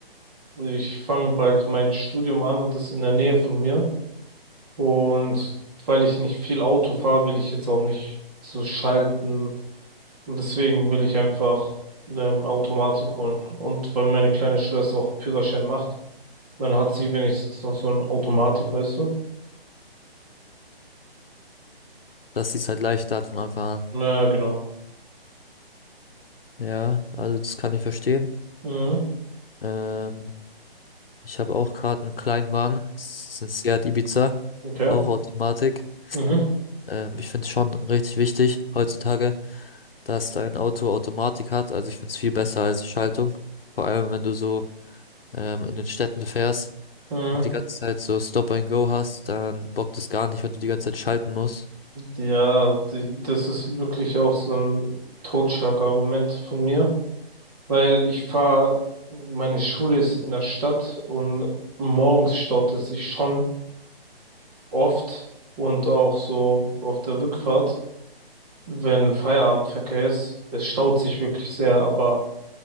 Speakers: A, on the right; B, on the left.
A: ich fange bald mein Studium an und das ist in der Nähe von mir. Und weil ich nicht viel Auto fahre, will ich jetzt auch nicht so schalten. Und deswegen will ich einfach ähm, Automatik holen. Und weil meine kleine Schwester auch Führerschein macht, dann hat sie wenigstens noch so eine Automatik, weißt du?
B: Dass sie es halt leichter hat von Anfang
A: Ja, genau.
B: an. Ja, also das kann ich verstehen.
A: Mhm.
B: Ähm, ich habe auch gerade einen Kleinwagen, das ist ein Seat Ibiza,
A: Okay.
B: auch Automatik.
A: Mhm.
B: Ähm, ich finde es schon richtig wichtig heutzutage, dass dein Auto Automatik hat. Also ich finde es viel besser als Schaltung. Vor allem, wenn du so ähm, in den Städten fährst
A: Mhm.
B: und die ganze Zeit so Stop and Go hast, dann bockt es gar nicht, wenn du die ganze Zeit schalten musst.
A: Ja, d- das ist wirklich auch so ein Totschlagargument von mir, weil ich fahre, meine Schule ist in der Stadt und morgens staut es sich schon oft und auch so auf der Rückfahrt, wenn Feierabendverkehr ist, es staut sich wirklich sehr, aber